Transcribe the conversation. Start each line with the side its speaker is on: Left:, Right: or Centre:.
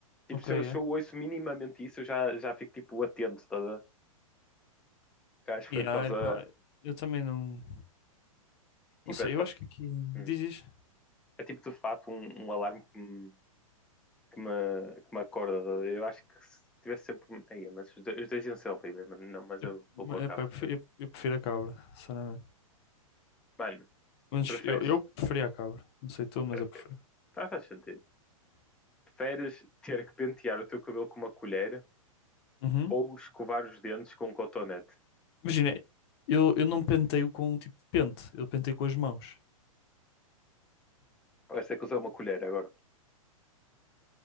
Centre: Tipo,
Left: Ok,
Centre: se
Left: é.
Centre: eu, se eu ouço minimamente isso, eu já, já fico tipo atento, estás a ver? Eu acho que
Left: Yeah,
Centre: foi por causa,
Left: epá, eu também não.
Centre: tipo,
Left: Não sei,
Centre: é de fato,
Left: eu acho que aqui.
Centre: hum,
Left: Dizes.
Centre: é tipo de fato um, um alarme que me que me, que me acorda. tá Eu acho que se tivesse sempre. um- Aí, mas os dois, os dois iam ser horríveis, mano. Não, mas
Left: Eu,
Centre: eu vou com a cabra.
Left: epá, eu, prefiro,
Centre: tá
Left: eu, eu prefiro a cabra, sinceramente.
Centre: Mano,
Left: Mas
Centre: preferes.
Left: eu, eu preferia a cabra. Não sei tu,
Centre: Ok,
Left: mas
Centre: ok.
Left: eu prefiro.
Centre: Tá, faz sentido. Preferes ter que pentear o teu cabelo com uma colher
Left: Uhum.
Centre: ou escovar os dentes com um cotonete?
Left: Imagina, eu, eu não penteio com tipo pente, eu penteio com as mãos.
Centre: Vais ter que usar uma colher agora.